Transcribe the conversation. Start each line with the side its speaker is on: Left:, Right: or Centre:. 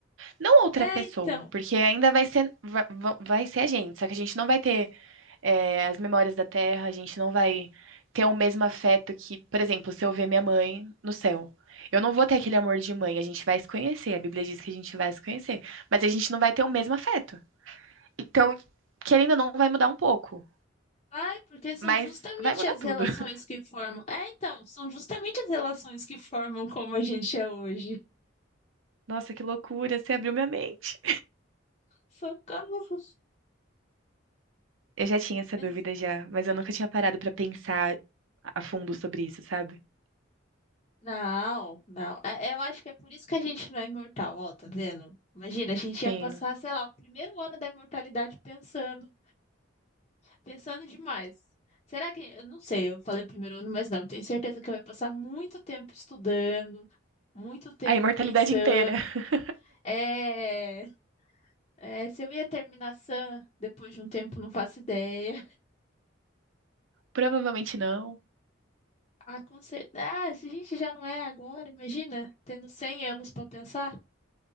Right: Não outra
Left: É,
Right: pessoa,
Left: então,
Right: porque ainda vai ser, va- va- vai ser a gente, só que a gente não vai ter é, as memórias da Terra, a gente não vai ter o mesmo afeto que, por exemplo, se eu ver minha mãe no céu. Eu não vou ter aquele amor de mãe, a gente vai se conhecer, a Bíblia diz que a gente vai se conhecer, mas a gente não vai ter o mesmo afeto. Então, querendo ou não, vai mudar um pouco,
Left: Ai, porque são
Right: mas
Left: justamente
Right: vai mudar
Left: as
Right: tudo.
Left: relações
Right: <laughs>
Left: que formam. É, então, são justamente as relações que formam como a gente é hoje.
Right: Nossa, que loucura, você abriu minha mente.
Left: Socorro!
Right: Eu já tinha essa
Left: Mas
Right: dúvida já, mas eu nunca tinha parado pra pensar a fundo sobre isso, sabe?
Left: não, não. É- Eu acho que é por isso que a gente não é imortal, ó, tá vendo? Imagina, a gente ia
Right: Sim.
Left: passar, sei lá, o primeiro ano da imortalidade pensando, pensando demais. Será que, eu não sei, eu falei primeiro ano, mas não, tenho certeza que eu ia passar muito tempo estudando, muito tempo
Right: A imortalidade
Left: pensando.
Right: inteira. <laughs>
Left: É, é, se eu ia terminar sã depois de um tempo, não faço ideia.
Right: Provavelmente não.
Left: Ah, com certeza. Ah, se a gente já não é agora, imagina, tendo 100 anos pra pensar.